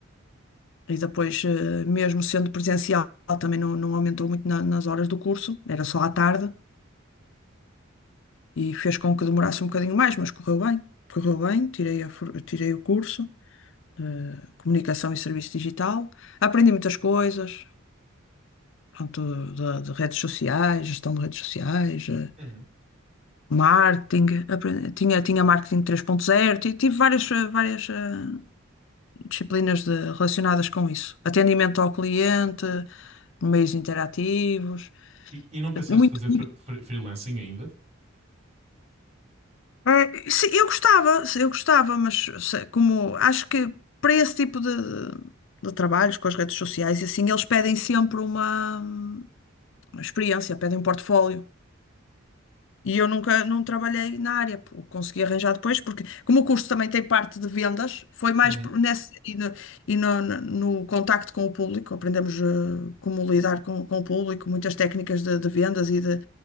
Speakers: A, on the left; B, on the right.
A: E depois, eh, mesmo sendo presencial, também não, não aumentou muito na- nas horas do curso, era só à tarde, e fez com que demorasse um bocadinho mais, mas correu bem. Correu bem, tirei, a for- tirei o curso, eh, Comunicação e Serviço Digital. Aprendi muitas coisas, pronto, de, de redes sociais, gestão de redes sociais, eh,
B: Uhum.
A: marketing, apre- tinha, tinha marketing três ponto zero ti- tive várias, eh, várias eh, disciplinas de- relacionadas com isso. Atendimento ao cliente, meios interativos,
B: E, e não pensaste
A: muito.
B: fazer fre-
A: muito-
B: fre- freelancing ainda?
A: É, sim, eu gostava, sim, eu gostava, mas se- como acho que para esse tipo de, de trabalhos com as redes sociais, e assim, eles pedem sempre uma hum, experiência, pedem um portfólio. E eu nunca não trabalhei na área, pô, consegui arranjar depois, porque como o curso também tem parte de vendas, foi mais
B: Uhum.
A: por- nesse e no, e no, no contacto com o público, aprendemos eh, como lidar com, com o público, muitas técnicas de, de vendas e de,